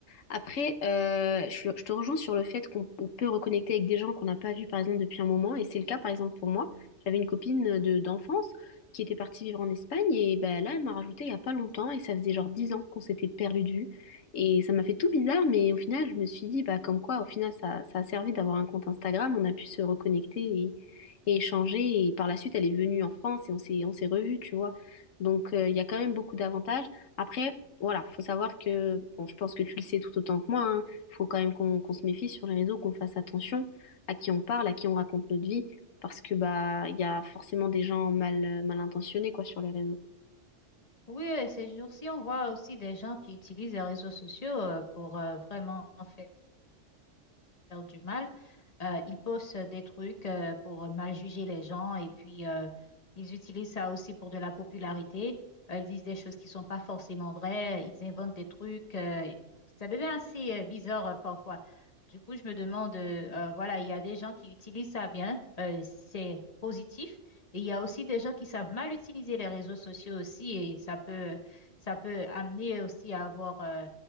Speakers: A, on the left; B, on the left.
A: Après, euh, je, je te rejoins sur le fait qu'on on peut reconnecter avec des gens qu'on n'a pas vus, par exemple, depuis un moment. Et c'est le cas, par exemple, pour moi. J'avais une copine de d'enfance qui était partie vivre en Espagne. Et ben, là, elle m'a rajouté il n'y a pas longtemps. Et ça faisait genre 10 ans qu'on s'était perdu de vue. Et ça m'a fait tout bizarre. Mais au final, je me suis dit, bah, comme quoi, au final, ça, ça a servi d'avoir un compte Instagram. On a pu se reconnecter et, et échanger. Et par la suite, elle est venue en France et on s'est, on s'est revus, tu vois. Donc, euh, il y a quand même beaucoup d'avantages. Après, voilà, faut savoir que, bon, je pense que tu le sais tout autant que moi, hein, faut quand même qu'on qu'on se méfie sur les réseaux, qu'on fasse attention à qui on parle, à qui on raconte notre vie, parce que bah il y a forcément des gens mal, mal intentionnés quoi sur les réseaux.
B: Oui, euh, ces jours-ci, on voit aussi des gens qui utilisent les réseaux sociaux euh, pour euh, vraiment faire. faire du mal. Euh, ils postent des trucs euh, pour mal juger les gens et puis euh, ils utilisent ça aussi pour de la popularité. Euh, ils disent des choses qui sont pas forcément vraies, ils inventent des trucs. euh, ça devient assez euh, bizarre euh, parfois. Du coup, je me demande, euh, euh, voilà, il y a des gens qui utilisent ça bien, euh, c'est positif, et il y a aussi des gens qui savent mal utiliser les réseaux sociaux aussi, et ça peut, ça peut amener aussi à avoir euh,